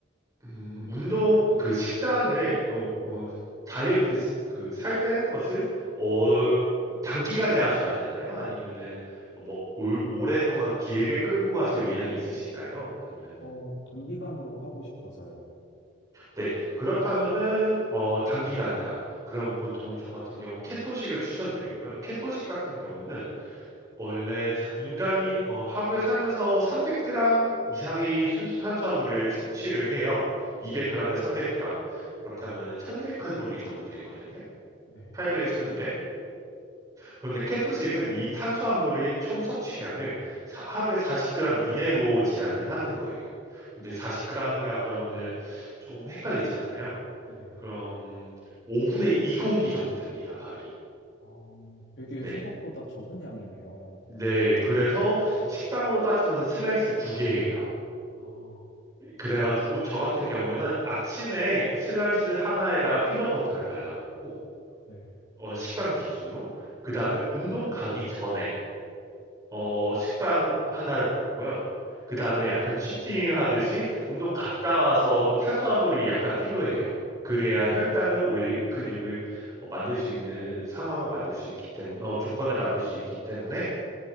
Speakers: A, on the right; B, on the left.
A: 음, 운동, 그 식단을, 어,
B: 네.
A: 어, 다이어트, 시- 그, 살 빼는 것을, 어, 단기간에 하셔야 되나요? 아니면은, 뭐, 올- 오랫동안 길게 끌고 가실 의향이 있으신가요? 아니면은,
B: 어, 단기간으로 하고 싶어서요.
A: 네, 그렇다면은, 어, 단기간이다. 그럼 보통 저 같은 경우 케토식을 추천드리고요. 케토식 같은 경우는 원래 사- 인간이 어, 하루에 살면서 300g 이상의 순수 탄수화물을 섭취를 해요. 200g에
B: 네,
A: 300g. 그렇게
B: 네,
A: 하면 1200칼로리 정도 되거든요.
B: 네,
A: 800에서 1200. 그런데 케토식은 이 탄수화물의 총 섭취량을 사- 하루에 40g 이내로 제한을 하는 거예요. 근데
B: 어,
A: 40g이라 그러면은 좀 헷갈리잖아요.
B: 네.
A: 그럼 5분의 2 공기 정도 됩니다, 밥이.
B: 어, 되게
A: 네.
B: 생각보다 적은 양이네요.
A: 네, 그래서 식빵으로 따지면 슬라이스 두 개예요.
B: 아,
A: 그래가지고 저 같은 경우에는 아침에 슬라이스 하나에다가 피넛버터를 발라먹고
B: 네,
A: 어, 식빵 기준으로 그
B: 네,
A: 다음에 운동 가기 전에 어, 식빵 하나를 먹고요. 그 다음에 약간 치팅 하듯이 운동 갔다 와서도 탄수화물이 약간 필요해요. 그래야
B: 네,
A: 혈당을 올리고 근육을 어, 만들 수 있는 상황을 만들 수 있기 때문에 조건을 만들 수 있기 때문에